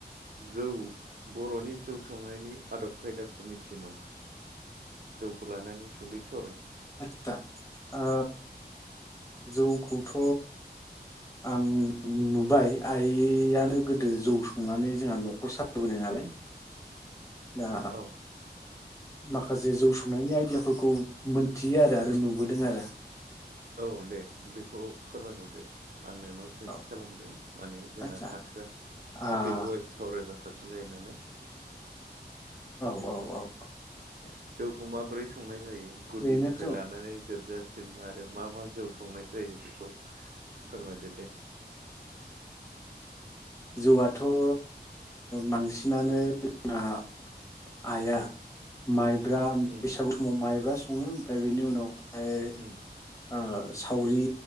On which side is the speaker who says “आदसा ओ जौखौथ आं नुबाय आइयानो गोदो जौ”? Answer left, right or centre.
Left